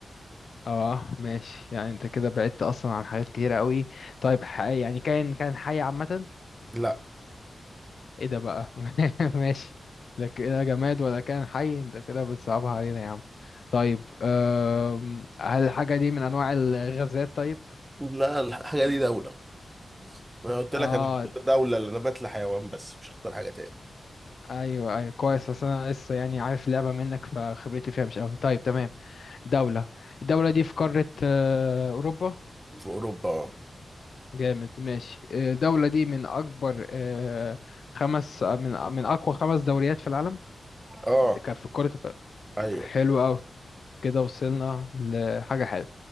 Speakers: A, on the left (about 65°); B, on the right (about 15°).
A: اه ماشي يعني انت كده بعدت اصلا عن حاجات كتيرة قوي طيب حي يعني كان كان حي عامة
B: لا
A: ايه ده بقى <laughs> ماشي لك ايه جماد ولا كان حي انت كده بتصعبها علينا يا عم طيب أم، هل الحاجة دي من انواع الغازات طيب
B: لا الحاجة دي دولة أنا قلت لك
A: اه
B: أنا هختار دولة لأن أنا بتلا حيوان بس مش هختار حاجة تاني
A: ايوه ايوه كويس اصل انا لسه يعني عارف اللعبه منك فخبرتي فيها مش قوي طيب تمام دوله الدوله دي في قاره آه، اوروبا
B: في أوروبا
A: جامد ماشي آه، الدوله دي من اكبر آه، خمس آه، من من اقوى خمس دوريات في العالم
B: أه آه،
A: ده كان في كره الق-
B: أيوه
A: حلو قوي كده وصلنا لحاجه حلوه